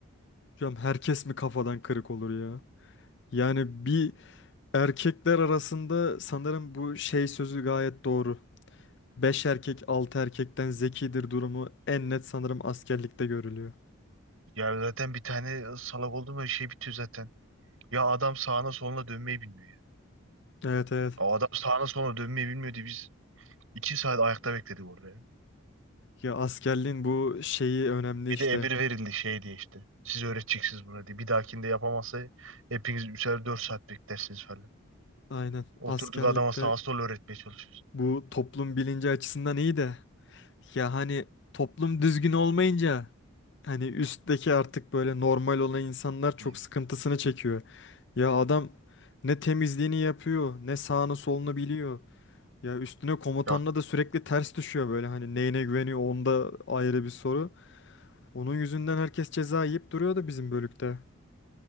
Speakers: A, on the left (about 55°); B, on the right (about 70°).
A: Hocam herkes mi kafadan kırık olur ya? Yani bir erkekler arasında sanırım bu şey sözü gayet doğru. 5 erkek 6 erkekten zekidir durumu en net sanırım askerlikte görülüyor.
B: Ya zaten bir tane salak oldu mu şey bitiyor zaten. Ya adam sağına soluna dönmeyi bilmiyor ya.
A: Evet evet.
B: O adam sağına soluna dönmeyi bilmiyordu. Biz iki saat ayakta bekledik orada ya.
A: Ya askerliğin bu şeyi önemli
B: Bir
A: işte.
B: de emir verildi şey diye işte. Siz öğreteceksiniz buna diye. Bir dahakinde yapamazsa hepiniz üçer 4 saat beklersiniz falan.
A: Aynen. Askerlikte
B: Oturduk adama sağa sola öğretmeye çalışıyoruz.
A: bu toplum bilinci açısından iyi de ya hani toplum düzgün olmayınca hani üstteki artık böyle normal olan insanlar çok
B: Hı.
A: sıkıntısını çekiyor. Ya adam ne temizliğini yapıyor, ne sağını solunu biliyor. Ya üstüne komutanla
B: Yok
A: da sürekli ters düşüyor böyle hani neyine güveniyor onda ayrı bir soru. Onun yüzünden herkes ceza yiyip duruyordu bizim bölükte.